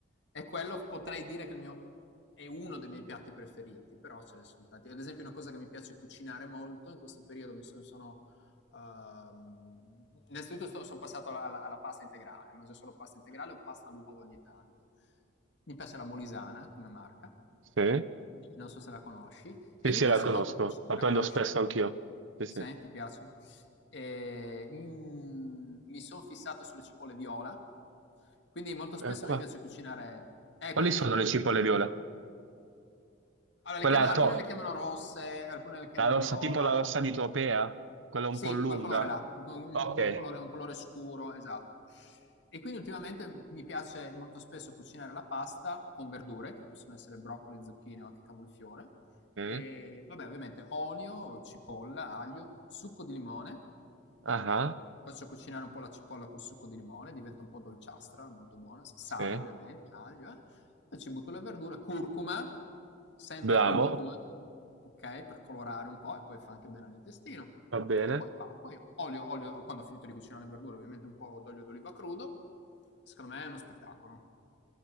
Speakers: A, on the left; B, on the right.
A: e quello potrei dire che il mio, è uno dei miei piatti preferiti, però ce ne sono tanti. Ad esempio, una cosa che mi piace cucinare molto in questo periodo mi sono. sono ehm, innanzitutto sto- sono passato alla, alla- alla pasta integrale, mangio solo pasta integrale o pasta all'uovo ogni tanto. Mi piace la Molisana come marca,
B: Sì?
A: non so se la conosci, e
B: Sì, sì,
A: mi piace
B: la conosco,
A: molto cucinare.
B: la
A: La
B: prendo
A: conosci?
B: spesso anch'io. Sì,
A: Sì,
B: sì.
A: ti piace? E, mm, mi sono fissato sulle cipolle viola, quindi molto spesso
B: Eh, qua.
A: mi piace cucinare... Eh,
B: Quali
A: quelle vi-
B: sono le cipolle viola?
A: allora,
B: Quella
A: le chiama-
B: a
A: alcune
B: to-
A: le chiamano rosse, alcune le chiamano
B: La rossa,
A: viola.
B: tipo la rossa di Tropea, quella un
A: Sì,
B: po' lunga.
A: quel colore là, quel co- un
B: Ok.
A: un colore un colore scuro, esatto. E quindi ultimamente mi piace molto spesso cucinare la pasta con verdure, che possono essere broccoli, zucchine o anche cavolfiore,
B: Mm.
A: e vabbè ovviamente olio, cipolla, aglio, succo di limone.
B: Ah, ah.
A: Faccio cucinare un po' la cipolla col succo di limone, diventa un po' dolciastra, molto buona, s- sale
B: sì.
A: ovviamente, aglio, eh. Poi ci butto la verdura, curcuma, sempre
B: Bravo,
A: curcuma, ok? Per colorare un po' e poi fa anche bene all'intestino.
B: va bene.
A: E poi, pa- poi olio, olio, quando ho finito di cucinare le verdure, ovviamente un po' d'olio d'oliva crudo. Secondo me è uno spettacolo.